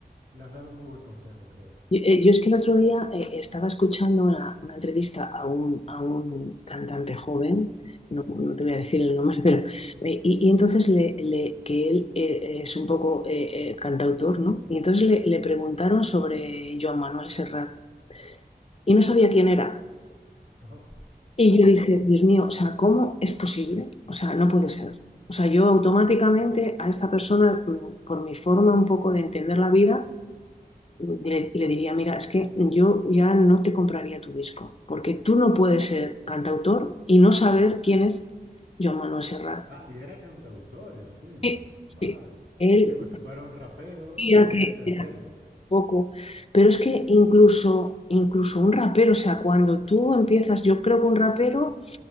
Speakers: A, on the right; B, on the left.
A: le has dado un muy buen consejo, creo.
B: Yo, eh, yo es que el otro día eh, estaba escuchando una, una entrevista a un, a un cantante joven, no, no te voy a decir el nombre, <laughs> pero eh, y, y entonces le, le- que él eh, eh, es un poco eh, eh, cantautor, ¿no? Y entonces le, le preguntaron sobre Joan Manuel Serrat y no sabía quién era.
A: Oh.
B: Y yo dije, Dios mío, o sea, ¿cómo es posible? O sea, no puede ser. O sea, yo automáticamente a esta persona, mm, por mi forma un poco de entender la vida, mm, le, le diría, mira, es que yo ya no te compraría tu disco, porque tú no puedes ser cantautor y no saber quién es Joan Manuel Serrat.
A: Ah, y era cantautor encima.
B: Sí,
A: Madre.
B: sí. Él
A: Sí, pues si fuera un rapero,
B: decía
A: podría
B: que
A: entenderlo.
B: era poco, pero es que incluso, incluso un rapero, o sea, cuando tú empiezas, yo creo que un rapero